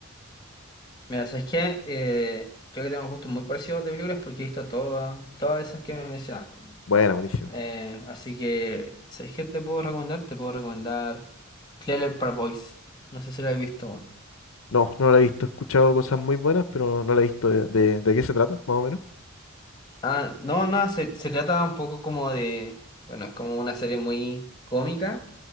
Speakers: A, on the left (about 20°); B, on the left (about 70°).
A: Mira, ¿sabes qué? Eh, creo que tenemos gustos muy parecidos de películas porque he visto todas, todas esas que me mencionaste.
B: Buena, buenísima.
A: Eh, así que, ¿sabes qué te puedo recomendar? Te puedo recomendar Trailer Park Boys. No sé si la he visto.
B: No, no la he visto. He escuchado cosas muy buenas, pero no, no la he visto. ¿De, de, de qué se trata, más o menos?
A: Ah, no, no, se, se trata un poco como de, bueno, es como una serie muy cómica,